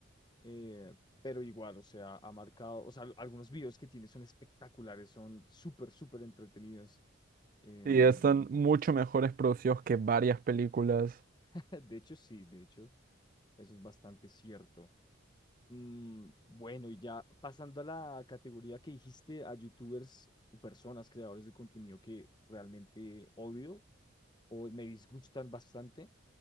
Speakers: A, on the left; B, on the right.
A: eh, pero igual, o sea, ha marcado, o sea, al- algunos videos que tiene son espectaculares, son súper, súper entretenidos. Em,
B: Sí, están mucho mejores producidos que varias películas.
A: <laughs> de hecho, sí, de hecho, eso es bastante cierto. Mm, bueno, y ya pasando a la categoría que dijiste, a youtubers o personas, creadores de contenido que realmente odio o me disgustan bastante.